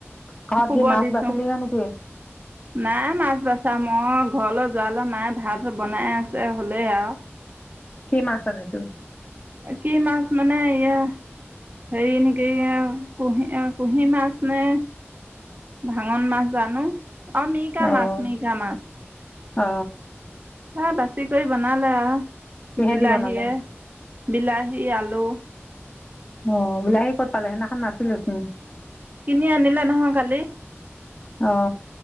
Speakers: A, on the left; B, on the right.
A: ঘৰত
B: শুব
A: কি মাছ
B: দিছো
A: বাচিলিগে নেকি
B: নাই মাছ বছা মই ঘৰলৈ যোৱালৈ মায়ে ভাত বনাই আছে হ'লেই আৰু
A: কি মাছ আনিছো
B: কি মাছ মানে ই হেৰি নেকি কুঁহি কুঁহি মাছ নে ভাঙন মাছ জানো অ মিকা
A: অহ
B: মাছ মিকা মাছ
A: অ
B: এ বাছি কৰি বনালো আৰু
A: কিহেদি
B: বিলাহীয়ে
A: বনালা
B: বিলাহী আলু
A: অ বিলাহী কত পালে সিদিনাখন নাছিলে চোন
B: কিনি আনিলে নহয় কালি
A: অ